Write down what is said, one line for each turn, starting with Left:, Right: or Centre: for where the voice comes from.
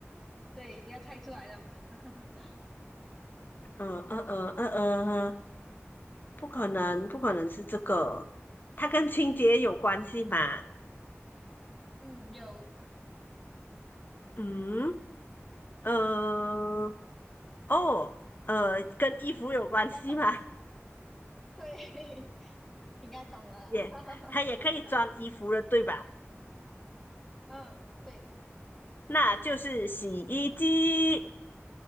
Centre: 对，要猜出来了嘛。<laughs>
Left: 呃呃呃呃呃，不可能，不可能是这个，它跟清洁有关系吗？
Centre: 嗯，有，
Left: 嗯，呃，哦，呃，跟衣服有关系吗？
Centre: 应该懂了。
Left: <laughs>
Centre: 对，<laughs> 应该懂了。
Left: 也，
Centre: <laughs>
Left: 它也可以装衣服的，对吧？
Centre: 嗯，对
Left: 那就是洗衣机。